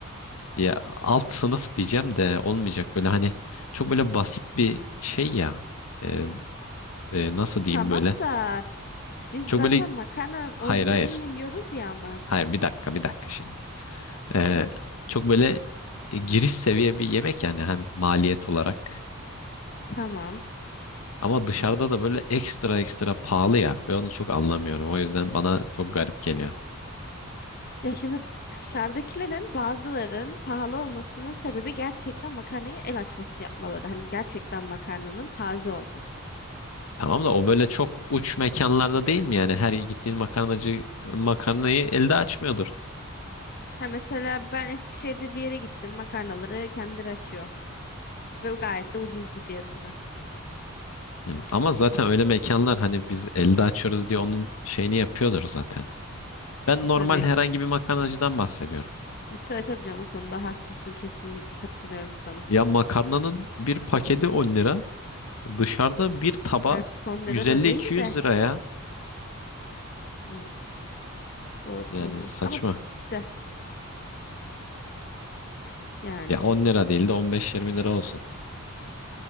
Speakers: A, on the left (about 75°); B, on the left (about 45°).
A: ya alt sınıf diyeceğim de olmayacak böyle hani çok böyle basit bir şey ya. E, e, nasıl diyeyim
B: Tamam
A: böyle
B: da Biz
A: Çok
B: zaten
A: böyle
B: makarnanın
A: hayır
B: orijinalini
A: hayır.
B: yemiyoruz ya ama.
A: Hayır bir dakika bir dakika şimdi. Ee,
B: Heh,
A: çok böyle e, giriş seviye bir yemek yani hem maliyet olarak.
B: tamam.
A: Ama dışarıda da böyle ekstra ekstra pahalı ya. Ben onu çok anlamıyorum. O yüzden bana çok garip geliyor.
B: Ya şimdi dışarıdakilerin bazıların pahalı olmasının sebebi gerçekten makarnayı el açması yapmaları. Hani gerçekten makarnanın taze olması.
A: Tamam da o böyle çok uç mekanlarda değil mi yani? Her gittiğin makarnacı makarnayı elde açmıyordur.
B: Ha mesela ben Eskişehir'de bir yere gittim. Makarnaları kendileri açıyor. Ve gayet de ucuzdu fiyatı.
A: Hı. Ama zaten öyle mekanlar hani biz elde açıyoruz diye onun şeyini yapıyordur zaten. Ben
B: E,
A: normal
B: tabii.
A: herhangi bir makarnacıdan bahsediyorum.
B: E, tabii tabii canım o konuda haklısın. Kesinlikle katılıyorum sana.
A: Ya makarnanın bir paketi 10 lira. Dışarıda bir taba
B: Artık 10
A: 150-200
B: lira da değil de.
A: liraya.
B: Evet, doğru söylüyorsun.
A: Yani saçma.
B: Ama işte yani.
A: Ya 10 lira değil de 15-20 lira olsun.